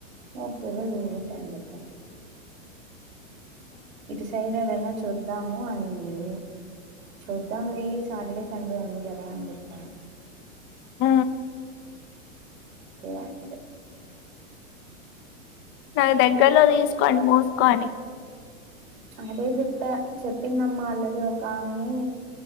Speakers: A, on the right; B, on the left.
A: నఓక ను కట్టాం అని చెప్ప ఇటు సైడ్ ఎదన్నా చూద్దాము అనింది చూద్దాం లే సాటర్డే సండే ఉంది చె
B: మ్
A: కే అద <unintelligible>
B: నాకు దగ్గరలో తీసుకోండి మూసుకొని
A: అదే చెప్పా చెప్పిందమ్మా ఆల్రెడీ ఒకామే